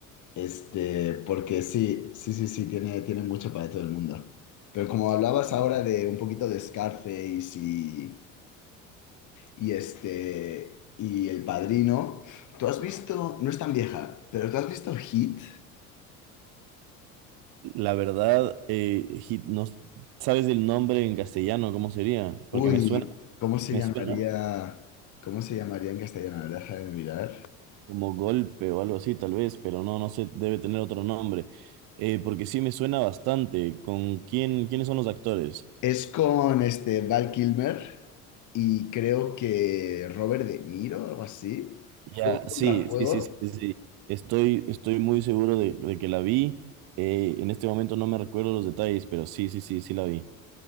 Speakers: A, on the left (about 45°); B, on the right (about 60°).
A: Este, porque sí, sí, sí, sí, tiene, tiene mucho para todo el mundo. Pero como hablabas ahora de un poquito de Scarface y, y este, y El Padrino, ¿tú has visto, no es tan vieja, pero tú has visto Hit?
B: La verdad, eh, Hit, no, ¿sabes el nombre en castellano? ¿Cómo sería?
A: Uy,
B: Porque me suena,
A: ¿cómo se
B: me
A: llamaría,
B: suena
A: cómo se llamaría en castellano? A ver, Deja de mirar.
B: como golpe o algo así, tal vez, pero no, no sé, debe tener otro nombre. Eh, porque sí me suena bastante. ¿Con quién, quiénes son los actores?
A: Es con este Val Kilmer y creo que Robert De Niro, algo así.
B: Ya,
A: Fue un contrajuego
B: sí, sí, sí, sí, sí. sí. Estoy, estoy muy seguro de, de que la vi. Eh, en este momento no me recuerdo los detalles, pero sí, sí, sí, sí la vi.